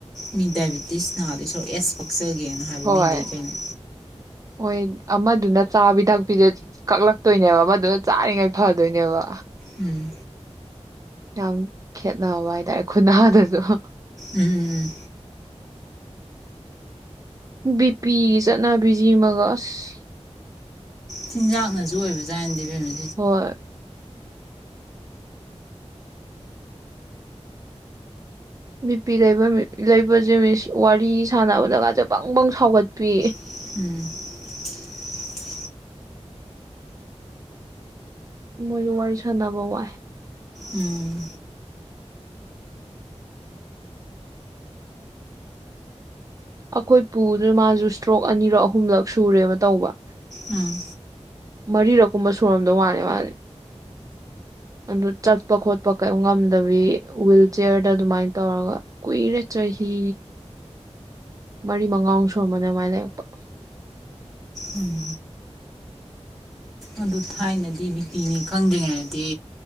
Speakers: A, in the centre; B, on the right.
A: ꯃꯤ ꯗꯥꯏꯕꯤꯇꯤꯁ ꯅꯗꯧ ꯁꯔꯨꯛ ꯑꯦꯁꯄꯛ ꯑꯦꯁ ꯄꯛꯆꯒꯦ ꯍꯥꯏꯕ
B: ꯍꯣꯏ
A: ꯃꯤ ꯂꯩ ꯀꯩꯅꯣ
B: ꯍꯣꯏ ꯑꯃꯗꯨꯅ ꯆꯥꯕꯤ ꯊꯛꯄꯤꯗ ꯀꯛꯂꯛꯇꯣꯏꯅꯦꯕ ꯑꯃꯗꯨꯅ ꯆꯥꯔꯤꯉꯥꯏ ꯐꯗꯣꯏꯅꯦꯕ
A: ꯎꯝ
B: ꯌꯥꯝ ꯈꯦꯠꯅꯕ ꯍꯥꯏꯇꯥꯔꯦ ꯈꯨꯟꯅꯥꯗꯨꯁꯨ
A: ꯑꯨꯝ
B: ꯕꯤꯄꯤꯒꯤ ꯆꯠꯅꯕꯤ ꯖꯤ ꯃꯒꯁ ꯑꯁ
A: ꯆꯤꯟꯖꯥꯛꯅꯁꯨ ꯑꯣꯏꯕꯖꯥꯠꯅꯤꯗ ꯏꯕꯦꯝꯃ
B: ꯍꯣꯏ ꯕꯤꯄꯤ ꯂꯩꯕ ꯃꯤ ꯂꯩꯕꯁꯦ ꯃꯤꯁꯥ ꯋꯥꯔꯤ ꯁꯥꯟꯅꯕꯗꯒꯁꯦ ꯕꯪꯕꯪ ꯁꯥꯎꯒꯠꯄꯤ
A: <inaudible>
B: ꯃꯣꯏꯔꯣ ꯋꯥꯔꯤ ꯁꯥꯟꯅꯕ ꯋꯥꯏ
A: ꯑꯨꯝ
B: ꯑꯩꯈꯣꯏ ꯄꯨꯖꯨ ꯃꯥꯖꯨ ꯏꯁꯇ꯭ꯔꯣꯛ ꯑꯅꯤꯔꯛ ꯑꯍꯨꯝꯂꯛ ꯁꯨꯔꯦꯕ ꯇꯧꯕ
A: ꯑꯨꯝ
B: ꯃꯔꯤꯔꯛꯀꯨꯝꯕ ꯁꯨꯔꯝꯗꯧ ꯃꯥꯂꯦ ꯃꯖꯦ ꯑꯗꯨ ꯆꯠꯄ ꯈꯣꯠꯄ ꯀꯩ ꯉꯝꯗꯕꯤ ꯍꯨꯋꯤꯜ ꯆꯤꯌꯔꯗ ꯑꯗꯨꯃꯥꯏꯅ ꯇꯧꯔꯒ ꯀꯨꯏꯔꯦ ꯆꯍꯤ ꯃꯔꯤ ꯃꯉꯥꯛ ꯁꯨꯔꯕꯅꯦ ꯑꯗꯨꯃꯥꯏꯅ ꯂꯩꯔꯛꯄ
A: ꯑꯨꯝ ꯑꯗꯨ ꯊꯥꯏꯅꯗꯤ ꯕꯤꯄꯤꯅꯤ ꯈꯪꯗ꯭ꯔꯤꯉꯩꯗꯗꯤ